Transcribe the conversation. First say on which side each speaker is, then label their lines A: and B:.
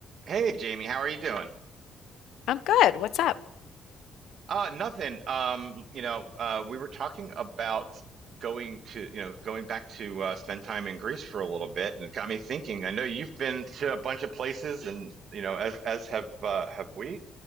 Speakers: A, on the right (about 65°); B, on the left (about 80°).
A: Hey Jamie, how are you doing?
B: I'm good. What's up?
A: Uh, nothing. Um, you know, uh, we were talking about going to, you know, going back to uh, spend time in Greece for a little bit, and it got me thinking. I know you've been to a bunch of places, and you know, as as have uh, have we.